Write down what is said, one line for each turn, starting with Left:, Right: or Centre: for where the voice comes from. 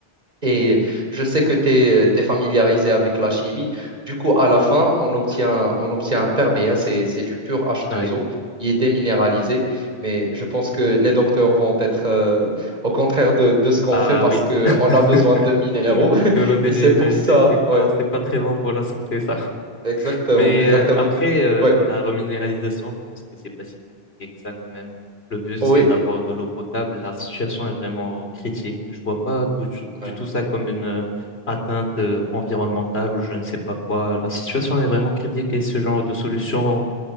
Right: Et je sais que tu es, familiarisé avec la chimie. Du coup, à la fin, on obtient, on obtient un perméa, c'est, c'est du pur h
Left: Ouais.
Right: deux o qui est déminéralisé. Mais je pense que les docteurs vont être euh, au contraire de, de ce qu'on
Left: Ah
Right: fait parce
Left: oui.
Right: qu'on
Left: <laughs>
Right: a besoin de minéraux. <laughs>
Left: De l'eau déminéralisée,
Right: Et c'est pour ça,
Left: c'est
Right: ouais,
Left: pas c'est pas très bon pour la santé, ça.
Right: exactement,
Left: Mais
Right: exactement.
Left: euh, après, euh,
Right: Ouais.
Left: la reminéralisation, je pense que c'est pas si compliqué que ça quand même. Le but, c'est
Right: Oui,
Left: d'avoir de l'eau potable. La situation est vraiment critique. Je vois pas du, tout du
Right: ouais.
Left: tout ça comme une euh, atteinte euh, environnementale ou je ne sais pas quoi. La situation est vraiment critique et ce genre de solution